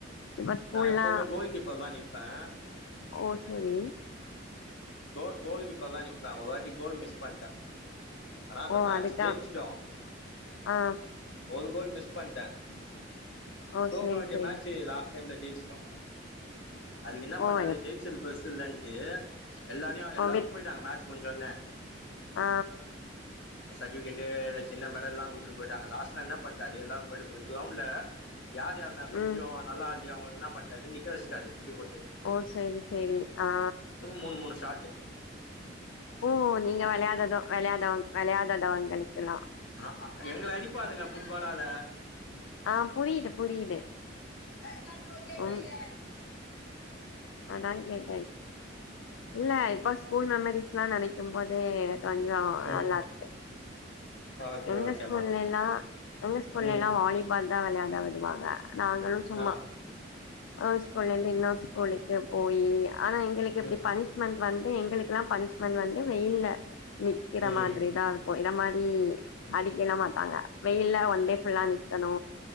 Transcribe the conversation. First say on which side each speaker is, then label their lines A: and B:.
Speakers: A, on the left (about 80°); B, on the left (about 65°).
A: இப்ப ஸ்கூல்லா
B: நான் எப்பவுமே கோல் கீப்பராதா நிப்பே
A: ஓ செரிங்
B: கோ கோல்கீப்பராதா நிப்பே ஒரு வாட்டி கோல் மிஸ் பண்டே ஆனா அந்த
A: ஓ
B: மேட்ச்
A: அதுக்கா
B: ஜெயிச்சிடோ
A: ஆ
B: ஒரு கோல் மிஸ் பண்டே
A: ஓ
B: தோக்க
A: சேரி
B: வேண்டிய
A: சேரி
B: மேட்சு லாஸ் டைம்ல ஜெயிச்சிட்டோ அதுக்கு என்ன
A: ஓ
B: பண்ணாரு
A: எப்
B: ஜெயிச்சது பெருஸ் இல்லேன்ட்டு எல்லாரையு எல்லாரு
A: ஓ வித்
B: போயிட்டாங்க மேட்ச் முடிஞ்சோன்னே
A: ஆ
B: சர்டிபிக்கட்டு சின்ன மெடல்லா கொத்துட்டு போயிட்டாங்க லாஸ்ட்ல என்ன பண்டாரு எல்லாரு போயிட்ட பிறகு கிரௌண்ட்ல யார் யார்லா கொஞ்சோ
A: ம்
B: நல்லா ஆட்லயோ அவங்கள்ளா என்ன பண்ட்டாரு நிக்க வச்டாரு முட்டி போட்டு
A: ஓ சேரி சேரி ஆ
B: மூனு மூனு ஷாட்டு
A: ஓ நீங்க விளையாதத விளையாதவங்க விளையாதாதவங்களுக்கெல்லா
B: ஆ எங்கள அடிப்பானுங்க புட்பாலால
A: ஆ புரியுது புரியுது
B: ஆ
A: ம் அதா கேட்டே இல்ல இப்போ ஸ்கூல் மெமரிஸ் எல்லா நெனைக்கும் போதே கொஞ்ஜோ
B: ம்
A: நல்லாருக்கு
B: ஓகே
A: எங்க
B: ஓகேம்மா
A: ஸ்கூல்ல எல்லா எங்க ஸ்கூல்ல
B: ம்
A: எல்லா வாலிபால் வந்தா விளையாதா வருவாங்க நாங்களு சும்மா
B: ஆ
A: ஒரு ஸ்கூல்ல இருந்து இன்னோ ஸ்கூலு போயி ஆனா எங்களுக்கு இப்படி
B: ம்
A: பனிஷ்மென்ட்டு வந்து எங்களுக்கெல்லா பனிஷ்மென்ட்டு வந்து வெயில்ல நிக்குற
B: ம்
A: மாதிரி தா இருக்கு இத மாதிரி அடிக்கல்லா மாட்டாங்க வெயில்ல ஒன் டே ஃபுல்லா நிக்கனு